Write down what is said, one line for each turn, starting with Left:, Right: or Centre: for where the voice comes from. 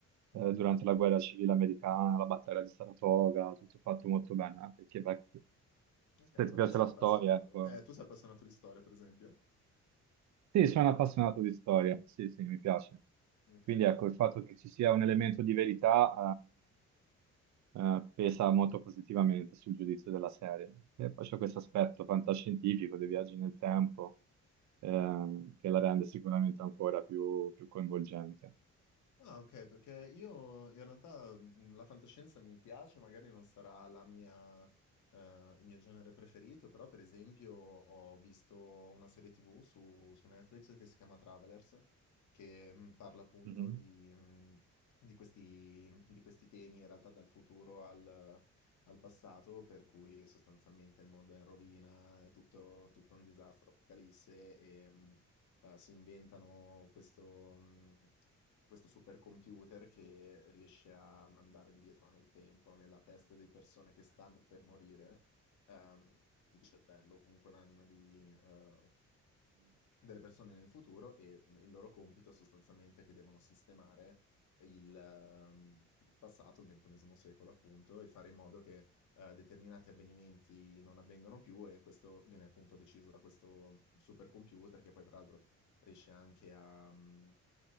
Left: Ah,
Right: eh, durante la guerra civile americana, la battaglia di Saratoga, tutto fatto molto bene, eh, perché beh,
Left: ok,
Right: se ti
Left: ma
Right: piace
Left: tu sei,
Right: la
Left: appassio-
Right: storia, ecco,
Left: eh, tu sei appassionato di storia, per esempio?
Right: sì, sono appassionato di storia, sì, sì, mi piace.
Left: Ok.
Right: Quindi ecco, il fatto che ci sia un elemento di verità eh, eh, pesa molto positivamente sul giudizio della serie. E poi c'è questo aspetto fantascientifico dei viaggi nel tempo eh, che la rende sicuramente ancora più, più coinvolgente.
Left: Ah, ok, perché io in realtà mh, la fantascienza mi piace, magari non sarà la mia, eh, il mio genere preferito, però per esempio ho visto una serie TV su, su Netflix che si chiama Travelers, che mh, parla appunto
Right: Mhm.
Left: di, mh, di questi, di questi temi, in realtà dal futuro al, al passato, per cui sostanzialmente il mondo è in rovina, è tutto, tutto un disastro, apocalisse e... mh, eh, si inventano questo, mh, questo supercomputer che riesce a mandare indietro nel tempo, nella testa di persone che stanno per morire, ehm, il cervello, comunque l'anima di, eh, delle persone nel futuro e il loro compito sostanzialmente è che devono sistemare il, ehm, il passato, il ventunesimo secolo appunto, e fare in modo che eh, determinati avvenimenti non avvengano più e questo viene appunto deciso da questo supercomputer che poi tra l'altro riesce anche a, mhmm,